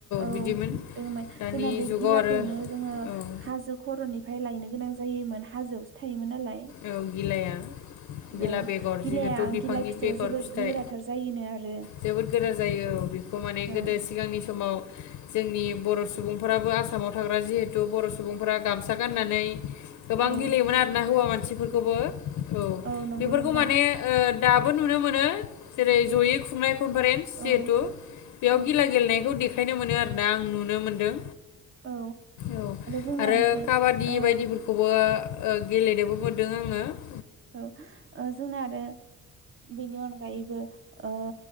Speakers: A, on the right (about 40°); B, on the left (about 70°).
A: औ
B: बिदिमोन
A: दङमोन
B: दानि
A: जोंना बे
B: जुगाव
A: गिलाखौनो
B: आरो
A: जोङो
B: औ
A: हाजो खर'निफ्राय लायनो गोनां जायोमोन हाजोआवसो थायोमोन नालाय।
B: औ गिलाया। गिला
A: औ
B: बेगर
A: गिलाया
B: जिहेथु बिफांनि
A: गिलाय फिथाइया
B: बेगर
A: जोबोर
B: फिथाइ
A: गोराथार जायोनो आरो
B: जोबोद गोरा जायो औ बेखौ माने
A: औ
B: गोदो सिगांनि समाव जोंनि बर' सुबुंफोराबो आसामाव थाग्रा जिहेथु बर' सुबुंफोरा गामसा गाननानै गोबां
A: औ
B: गेलेयोमोन आरो ना हौवा मान सिफोरखौबो औ
A: औ नंगौ
B: बेफोरखौ
A: नोंथां
B: माने ओ दाबो नुनो मोनो जेरै जयै खुंनाय कनफारेन्स जिहेतु
A: औ
B: बेयाव
A: औ
B: गिला गेलनायखौ देखा खायनो मोनो आरोना आं नुनो मोन्दों।
A: औ
B: औ
A: जोंना
B: आरो
A: एसे
B: काबादि
A: ओ
B: बायदिफोरखौबो ओ गेलेनोबो मोन नों आंनो
A: औ, ओ जोंना आरो बेनि अनगायैबो ओ